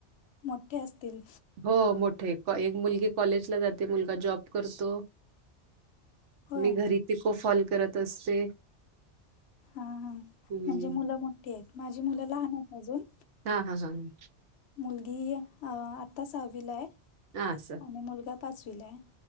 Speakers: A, on the left; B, on the right.
A: मोठे असतील
B: हो मोठे एक मुलगी कॉलेजला जाते मुलगा जॉब करतो
A: होय
B: मी घरी तिको फॉल करत असते
A: हा हा म्हणजे
B: हम्म
A: मुलं मोठी आहेत माझी मुलं लहान आहेत अजून
B: हा हा हा ह
A: मुलगी आत्ताच हहावी ला आहे
B: हा सर
A: आणि मुलगा पाचवीला आहे